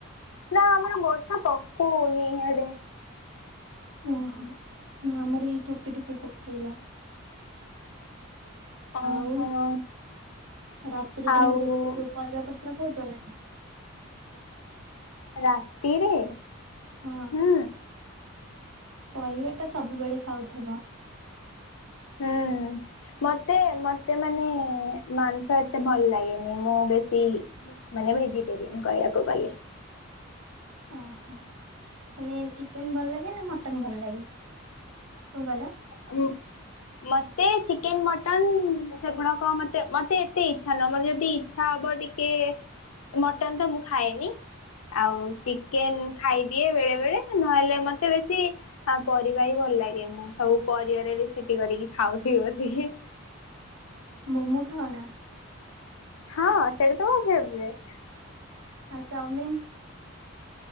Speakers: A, on the left; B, on the right.
A: ନା ଆମର ବର୍ଷା ପକଉନି ଇଆଡ଼େ।
B: ଓହୋ, ନା ଆମର ଏଇ ଠୋପେ ଠୋପେ ପକେଇଲା।
A: ଓହୋ
B: ଆଉ ରାତିରେ
A: ଆଉ
B: ତୋମେ ବେଶୀ ଯୋଉ ପରିବା ପତ୍ର ଖାଉଛ ନା?
A: ରାତିରେ?
B: ହଁ।
A: ହୁଁ
B: ପରିବାଟା ସବୁବେଳେ ଖାଉଥିବ।
A: ହୁଁ, ମୋତେ ମୋତେ ମାନେ ମାଂସ ଏତେ ଭଲ ଲାଗେନି। ମୁଁ ବେଶୀ ମାନେ ଭେଜିଟେରିୟେନ୍ କହିଆକୁ ଗଲେ।
B: ଓହୋ, ମାନେ ଚିକେନ୍ ଭଲ ଲାଗେ ନା ମଟନ୍ ଭଲ ଲାଗେ? କଣ କହିଲ?
A: ଆ, ମୁଁ ମୋ ତେ ଚିକେନ୍ ମଟନ୍ ସେଗୁଡ଼ାକ ମୋତେ ମୋତେ ଏତେ ଇଚ୍ଛା ନୁହଁ। ମୋର ଯଦି ଇଚ୍ଛା ହବ ଟି କେ ମଟନ୍ ତ ମୁଁ ଖାଏନି। ଆଉ ଚିକେନ୍ ଖାଇଦିଏ ବେଳେବେଳେ। ନହେଲେ ମୋତେ ବେଶୀ ଆ, ପରିବା ହି ଭଲ ଲାଗେ, ମୁଁ ସବୁ ପରିବାରେ ରେସିପି କରିକି ଖାଉଥିବି ବସିକି।
B: ମୋମୋ ଖାଅନା?
A: ହଁ ସେଟା ତ ମୋ ଫେବରେଟ୍।
B: ଆଉ ଚାଉମିିନ୍?